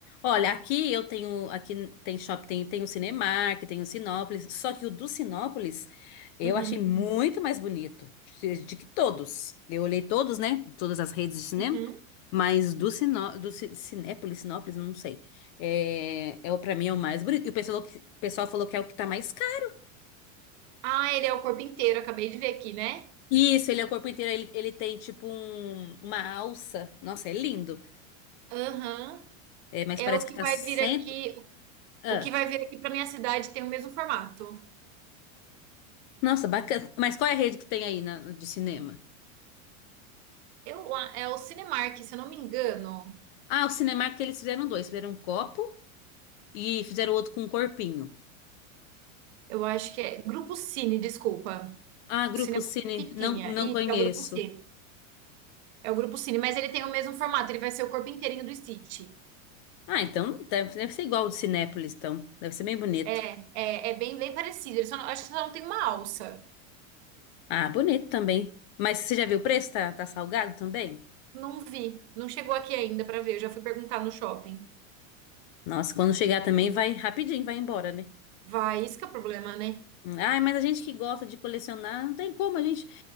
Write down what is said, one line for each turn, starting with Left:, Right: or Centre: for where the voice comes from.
Left: Olha, aqui eu tenho, aqui tem shopping, tem, tem o Cinemark, tem o Sinópolis, só que o do Sinópolis eu
Right: Uhum.
Left: achei muito mais bonito de que todos. Eu olhei todos, né? Todas as redes de cinema,
Right: Uhum.
Left: mas do Sinó, do Ci- Cinépolis, Sinópolis, eu não sei. É, é o para mim é o mais bonito. E o pessoal, o pessoal falou que é o que tá mais caro.
Right: Ah, ele é o corpo inteiro. Acabei de ver aqui, né?
Left: Isso, ele é o corpo inteiro, ele, ele tem tipo um- uma alça. Nossa, é lindo.
Right: Aham.
Left: É, mas
Right: É
Left: parece
Right: o
Left: que
Right: que
Left: tá
Right: vai
Left: cento.
Right: vir aqui,
Left: Ah,
Right: o que vai vir aqui para minha cidade tem o mesmo formato.
Left: nossa, bacana. Mas qual é a rede que tem aí na- de cinema?
Right: Eu, a- é o Cinemark, se eu não me engano.
Left: Ah, o Cinemark eles fizeram dois. Fizeram um copo e fizeram outro com um corpinho.
Right: Eu acho que é Grupo Cine, desculpa.
Left: Ah, Grupo
Right: O Cinemark
Left: Cine,
Right: que
Left: não,
Right: tinha.
Left: não
Right: Isso,
Left: conheço.
Right: é o Grupo Cine. É o Grupo Cine, mas ele tem o mesmo formato, ele vai ser o corpo inteirinho do Stitch.
Left: Ah, então deve, deve ser igual ao do Cinépolis, então. Deve ser bem bonito.
Right: É, é, é bem, bem parecido. Ele só não- acho que só não tem uma alça.
Left: Ah, bonito também. Mas você já viu o preço? Tá, tá salgado também?
Right: Não vi, não chegou aqui ainda para ver. Eu já fui perguntar no shopping.
Left: Nossa, quando chegar também vai rapidinho, vai embora, né?
Right: Vai, isso que é o problema, né?
Left: Ah, mas a gente que gosta de colecionar, não tem como, a gente,